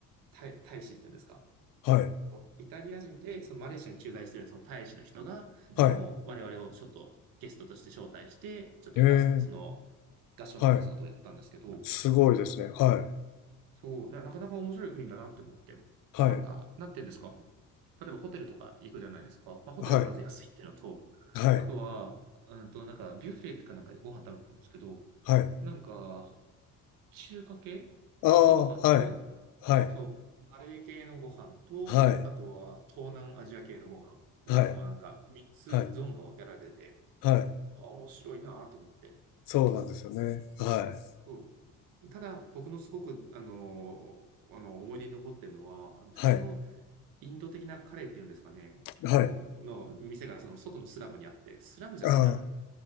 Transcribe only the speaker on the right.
大、大使っていうんですか。
イタリア人で、そのマレーシアに駐在しているその大使の人が、
その我々をちょっとゲストとして招待して、ちょっと合、
その合唱のコンサートをやったんですけど、
そう、ななかなか面白い国だなって思って、
なんか、なんていうんですか。例えばホテルとか行くじゃないですか。まあ、ホテルがまず安いっていうのと、
あとは、うんと、なんかビュッフェかなんかでご飯食べてたんですけど、
なんか、中華系
のご飯と、
そう、マレー系のご飯と、
あとは東南アジア系のご飯がもうなんか3つゾーンが分けられてて、
あ、面白いなと思って。
そう。ただ、僕のすごく、あのーあの、思い出に残ってるのは、あの普通の
インド的なカレーっていうんですかね、
あの、の店がその外のスラムにあって、スラムじゃないな。